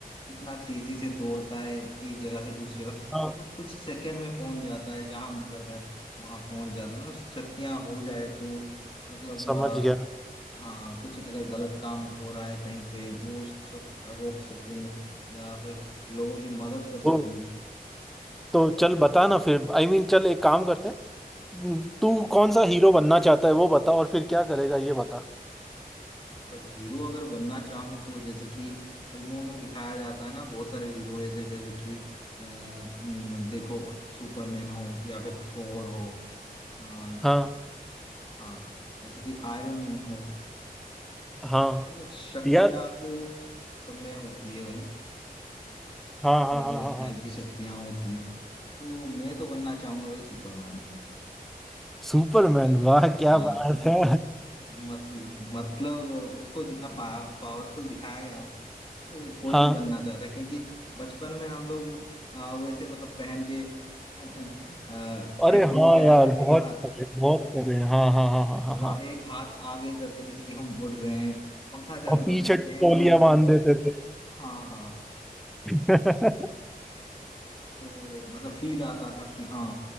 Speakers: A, on the left; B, in the centre.
A: इतना तेजी से दौड़ता है एक जगह से दूसरी जगह
B: हाँ
A: मतलब कुछ सेकंड में पहुंच जाता है जहां मन करता है वहां पहुंच जाता है मतलब शक्तियां हो जाए तो मतलब
B: समझ
A: आ,
B: गया
A: हाँ कुछ अगर गलत काम हो रहा है कहीं पे वो सब रोक सकूं या फिर लोगों की मदद कर
B: वो
A: सकूं
B: तो चल बता ना फिर आई I मीन mean, चल एक काम करते हैं तू कौन सा हीरो बनना चाहता है वो बता और फिर क्या करेगा ये बता
A: मतलब हीरो अगर बनना चाहूँ तो जैसे कि फिल्मों में दिखाया जाता है ना बहुत सारे हीरो ऐसे जैसे कि अ, न, देखो सुपरमैन हो या फिर थोर हो अ,
B: हाँ
A: हाँ जैसे कि आयरन मैन हो
B: हाँ
A: मतलब शक्तियां
B: यार
A: तो सब में होती है भाई
B: हाँ हाँ
A: अलग
B: हाँ
A: अलग
B: हाँ हाँ
A: टाइप की शक्तियां होती है तो मैं तो बनना चाहूंगा भाई सुपरमैन
B: सुपरमैन
A: क्यों
B: वाह क्या
A: हाँ
B: बात है
A: मतलब मतलब उसको जितना पा, पावरफुल दिखाया गया है वो कोई
B: <laughs>
A: भी
B: हाँ
A: बनना चाहता है क्योंकि बचपन में हम लोग आ, वैसे मतलब पहन के <laughs>
B: अरे
A: एक्टिंग
B: हाँ
A: वगैरह
B: यार
A: करते
B: बहुत
A: थे ना
B: करे बहुत करे हाँ हाँ हाँ हाँ हाँ
A: मतलब
B: हाँ
A: एक हाथ आगे करके जैसे कि हम उड़ रहे हैं पंखा चालू
B: और पीछे
A: कर देते
B: तौलिया
A: हैं फिर
B: बांध
A: <laughs>
B: देते थे
A: हाँ हाँ
B: <laughs>
A: तो मतलब फील आता था कि हाँ